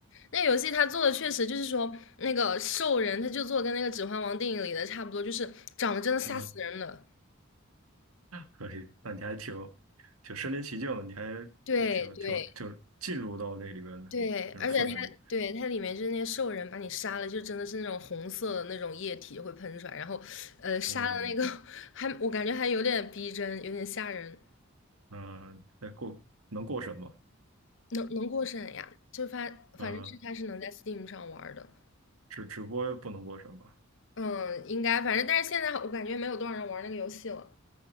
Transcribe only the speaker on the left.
那游戏它做的确实就是说，那个兽人他就做跟那个《指环王》电影里的差不多，就是长得真的吓死人了。
对对
对，而且它对它里面就是那个兽人把你杀了，就真的是那种红色的那种液体会喷出来，然后呃杀的那个
<laughs> 还我感觉还有点逼真，有点吓人，
能能过审呀？就发反正是它是能在
Steam 上玩儿的，
嗯，应该反正但是现在我感觉没有多少人玩那个游戏了。